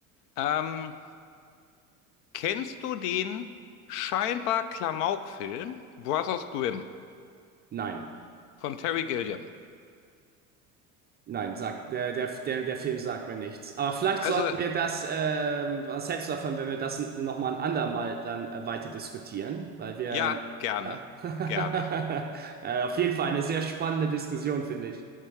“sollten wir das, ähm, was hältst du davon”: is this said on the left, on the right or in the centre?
Right